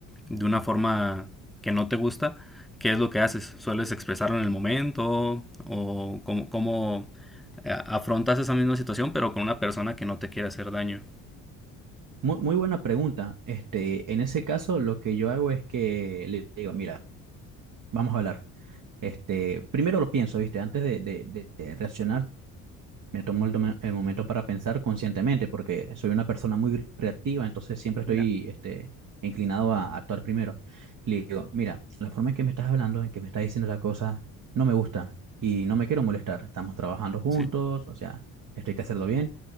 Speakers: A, in the centre; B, on the right.
A: de una forma que no te gusta, ¿qué es lo que haces? ¿Sueles expresarlo en el momento o cómo, cómo eh, afrontas esa misma situación pero con una persona que no te quiere hacer daño?
B: Muy, muy buena pregunta. Este, en ese caso, lo que yo hago es que le digo, mira, vamos a hablar. Este, primero lo pienso, ¿viste? Antes de, de- de- de reaccionar, Me tomo el, tome- el momento para pensar conscientemente, porque soy una persona muy reactiva, entonces siempre estoy
A: Ya.
B: este, inclinado a, actuar primero. Le digo, mira, la forma en que me estás hablando, en que me estás diciendo la cosa, no me gusta y no me quiero molestar. Estamos trabajando juntos,
A: Sí,
B: o sea, esto hay que hacerlo bien,